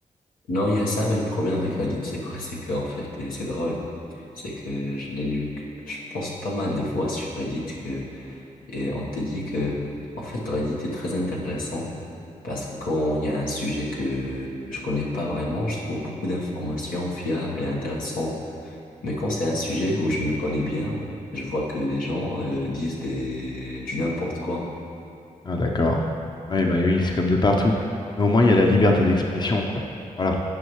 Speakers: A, on the left; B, on the left.
A: Non, il y a ça, mais le problème avec Reddit, c'est quoi? C'est qu'en fait, et c'est drôle. C'est que je l'ai lu, je pense pas mal de fois sur Reddit que, et on te dit que, en fait, Reddit est très intéressant parce que quand il y a un sujet que je connais pas vraiment, je trouve beaucoup d'informations fiables et intéressantes. Mais quand c'est un sujet où je me connais bien, je vois que les gens, euh, disent des, du n'importe quoi.
B: Ah d'accord. Oui, bah oui, c'est comme de partout. Mais au moins il y a la liberté d'expression, quoi. Voilà.